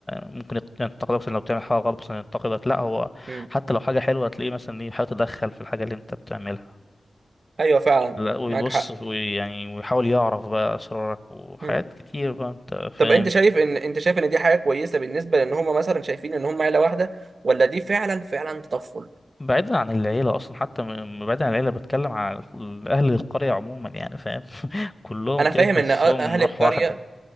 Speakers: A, on the left; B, on the right.
A: ممكن يت- ينتقدك مثلاً لو بتعمل حاجة غلط مثلا ينتقدك لا هو
B: مم.
A: حتى لو حاجة حلوة هتلاقيه مثلا ايه بيحاول يتدخل في الحاجة اللي انت بتعملها
B: ايوه فعلا
A: لا ويبص
B: معاك حق
A: ويعني ويحاول يعرف بقى أسرارك وحاجات
B: مم.
A: كتير بقى انت فاهم
B: طب انت شايف ان انت شايف ان دي حاجه كويسه بالنسبه لان هم مثلا شايفين ان هم عيله واحده ولا دي فعلا فعلا تطفل
A: بعيدا عن العيلة أصلا حتى م- بعيدا عن العيلة بتكلم على ال- أهل القرية عموما يعني فاهم <laughs> كلهم
B: انا
A: كده
B: فاهم
A: تحسهم
B: ان أ- اهل
A: روح
B: القريه
A: واحدة